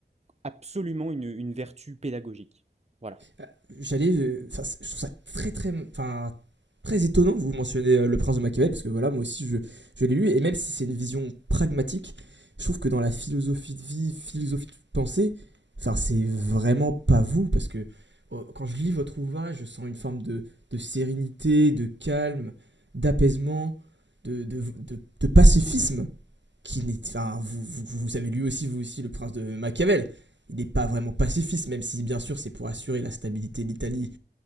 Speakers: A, on the right; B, on the right.
A: absolument une, une vertu pédagogique. Voilà.
B: Euh, j'allais, euh, enfin, je trouve ça très très, enfin, très étonnant. Vous mentionnez euh, Le Prince de Machiavel parce que voilà, moi aussi je, je l'ai lu et même si c'est une vision pragmatique, je trouve que dans la philosophie de vie, philosophie de pensée, enfin, c'est vraiment pas vous parce que euh, quand je lis votre ouvrage, je sens une forme de, de sérénité, de calme, d'apaisement, de, de, de- de pacifisme qui n'est, enfin, vous, vous, vous savez lui aussi, vous aussi, le prince de Machiavel. Il n'est pas vraiment pacifiste, même si bien sûr c'est pour assurer la stabilité de l'Italie.